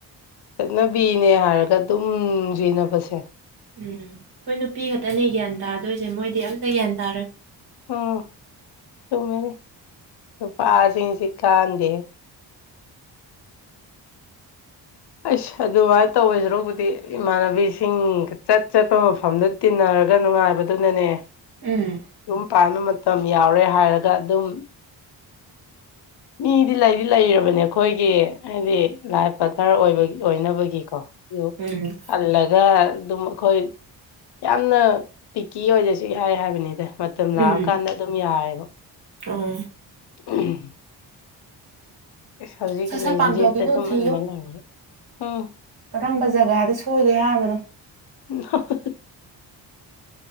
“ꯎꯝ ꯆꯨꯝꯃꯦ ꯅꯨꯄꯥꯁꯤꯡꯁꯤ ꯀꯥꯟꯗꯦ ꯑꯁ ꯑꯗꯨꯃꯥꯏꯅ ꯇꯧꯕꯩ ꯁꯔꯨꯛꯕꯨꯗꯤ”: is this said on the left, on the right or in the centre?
Left